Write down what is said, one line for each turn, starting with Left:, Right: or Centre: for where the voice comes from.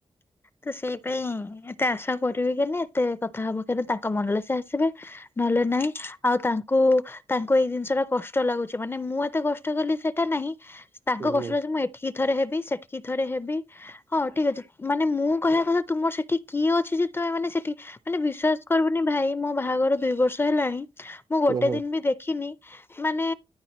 Left: ତ ସେଇ ପାଇଁ ଏତେ ଆଶା କରିବି କେନେଏତେ କଥା ହବ କେ ତାଙ୍କ ମନରେ ସେ ଆସିବେ ନହେଲେ ନାହିଁ ଆଉ ତାଙ୍କୁ ତାଙ୍କୁ ଏଇ ଜିନିଷଟା କଷ୍ଟ ଲାଗୁଛି। ମାନେ ମୁଁ ଏତେ କଷ୍ଟ କଲି ସେଇଟା ନାହିଁ। ତାଙ୍କ
Right: ହୁଁ ହୁଁ
Left: କଷ୍ଟ ଲାଗୁଛି ମୁଁ ଏଠିକି ଥରେ ହେବି ସେଠିକି ଥରେ ହେବି ହଁ ଠିକ ଅଛି। ମାନେ ମୁଁ କହିବା କଥା ତୁମର ସେଠି କିଏ ଅଛି? ଯେ ତମେମାନେ ସେଠି ମାନେ ବିଶ୍ୱାସ କରିବୁନି ଭାଇ। ମୋ ବାହାଘର ଦୁଇ ବର୍ଷ ହେଲାଣି ମୁଁ ଗୋଟେ
Right: ଓହୋ
Left: ଦିନ ବି ଦେଖିନି ମାନେ